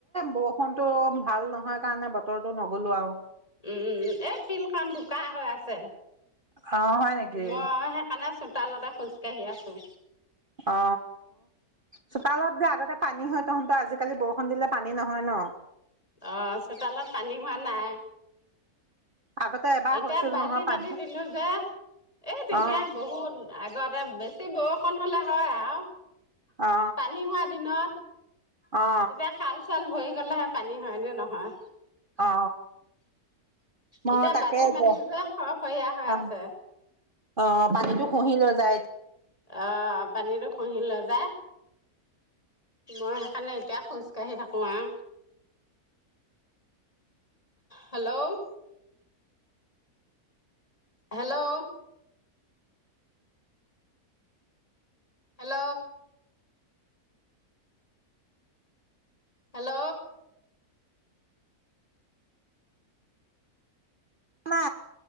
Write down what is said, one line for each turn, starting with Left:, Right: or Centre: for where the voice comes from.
Right: বৰষুণটো ভাল নহয় কাৰণে বতৰটো নগলো আৰু।
Left: উম এই ফিল্ডখন বোকা হৈ আছে।
Right: অ হয় নেকি?
Left: মই সেইকাৰণে চোতালতে খোজকাঢ়ি আছোঁ।
Right: অ চোতালত যে আগতে পানী হয় তহঁতৰ আজি কালি বৰষুণ দিলে পানী নহয় ন?
Left: অ চোতালত পানী হোৱা নাই।
Right: আগতে এবাৰ
Left: এতিয়া
Right: হৈছিল
Left: বালি
Right: নহয় পানী
Left: মাটি দিলোঁ যে এই তেতিয়া
Right: অ
Left: বহুত আগতে বেছি বৰষুণ পানী হ'লে হয় আৰু।
Right: অ
Left: পানী হোৱাৰ দিনত
Right: অ
Left: তেতিয়া খাল চাল ভৰি গ'লেহে পানী হয় এনে নহয়।
Right: অ মানে
Left: এতিয়া
Right: তাকেই
Left: বালি মাটি
Right: দে
Left: যে ফৰফৰীয়া হৈ
Right: অ।
Left: আছে
Right: অ পানীতো খহি লৈ যায়।
Left: অ পানীটো খহি লৈ যায় মই সেইকাৰণে এতিয়া খোজ কাঢ়ি থাকোঁ আৰু হেল্ল' হেল্ল'। হেল্ল'। হেল্ল'।
Right: মা।